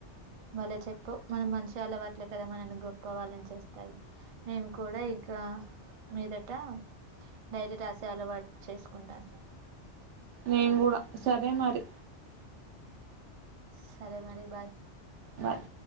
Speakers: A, on the right; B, on the right.
A: భలే చెప్పావ్ మన మంచిగా అలవాట్లే కదా మనని గొప్ప వాళ్ళని చేస్తాది నేను కూడా ఇక మీదట డైరీ రాసే అలవాటు చేసుకుంటాను
B: నేను కూడా సరే మరి
A: సరే మరి బాయ్
B: బాయ్